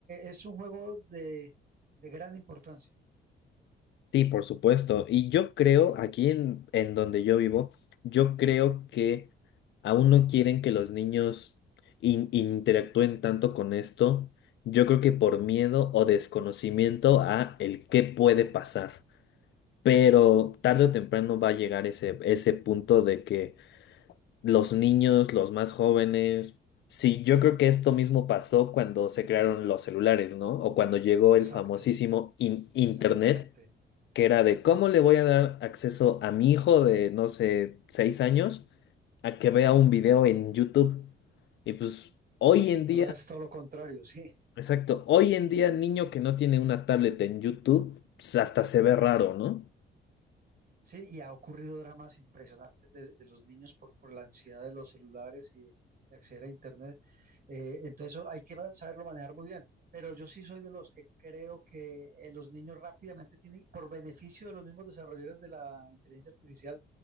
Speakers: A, on the right (about 45°); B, on the left (about 65°).
A: es un juego de, de gran importancia.
B: Sí, por supuesto. Y yo creo, aquí en, en donde yo vivo, yo creo que aún no quieren que los niños in- interactúen tanto con esto. Yo creo que por miedo o desconocimiento a el qué puede pasar. pero tarde o temprano va a llegar ese, ese punto de que los niños, los más jóvenes, sí, yo creo que esto mismo pasó cuando se crearon los celulares, ¿no? O cuando llegó el
A: Exacto,
B: famosísimo in- Internet,
A: exactamente.
B: que era de cómo le voy a dar acceso a mi hijo de, no sé, seis años a que vea un video en YouTube. Y pues hoy en
A: Y
B: día,
A: ahora es todo lo contrario, <laughs> sí.
B: exacto, hoy en día niño que no tiene una tablet en YouTube, pues, hasta se ve raro, ¿no?
A: Sí, y ha ocurrido dramas impresionantes de, de los niños por, por la ansiedad de los celulares y de, acceder a Internet. Eh, entonces eso hay que saberlo manejar muy bien. Pero yo sí soy de los que creo que eh, los niños rápidamente tienen, por beneficio de los mismos desarrolladores de la inteligencia artificial,